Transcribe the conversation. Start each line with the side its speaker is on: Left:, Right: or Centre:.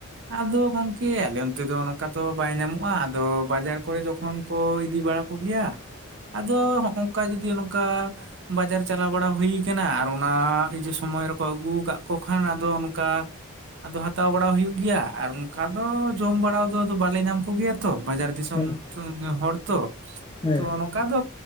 Right: ᱟᱫᱚ ᱜᱚᱝᱠᱮ ᱟᱞᱮ ᱚᱱᱛᱮ ᱫᱚ ᱱᱚᱝᱠᱟ ᱫᱚ ᱵᱟᱭ ᱧᱟᱢᱚᱜᱼᱟ ᱟᱫᱚ ᱵᱟᱡᱟᱨ ᱠᱚᱨᱮ ᱡᱚᱠᱷᱚᱱ ᱠᱚ ᱤᱫᱤ ᱵᱟᱲᱟ ᱠᱚᱜᱮᱭᱟ
Left: <inaudible>
Right: ᱟᱫᱚ ᱦᱚᱜ ᱚᱝᱠᱟ ᱡᱩᱫᱤ ᱱᱚᱝᱠᱟ ᱵᱟᱡᱟᱨ ᱪᱟᱞᱟᱣ ᱵᱟᱲᱟ ᱦᱩᱭ ᱠᱟᱱᱟ ᱟᱨ ᱚᱱᱟ ᱮᱭ ᱡᱮ ᱥᱚᱢᱚᱭ ᱨᱮᱠᱚ ᱟᱹᱜᱩ ᱠᱟᱜ ᱠᱚ ᱠᱷᱟᱱ ᱟᱫᱚ ᱚᱱᱠᱟ ᱟᱫᱚ ᱦᱟᱛᱟᱣ ᱵᱟᱲᱟ ᱦᱩᱭᱩᱜ ᱜᱮᱭᱟ ᱟᱨ ᱚᱱᱠᱟ ᱫᱚ ᱡᱚᱢ ᱵᱟᱲᱟ ᱫᱚ ᱟᱫᱚ ᱵᱟᱞᱮ ᱧᱟᱢ ᱠᱚᱜᱮᱭᱟ ᱛᱚ ᱵᱟᱡᱟᱨ ᱫᱤᱥᱚᱢ
Left: ᱦᱮᱸ
Right: ᱫᱤᱥᱚᱢ ᱦᱚᱲ ᱛᱚ
Left: ᱦᱮᱸ
Right: ᱛᱚ ᱚᱱᱠᱟ ᱫᱚ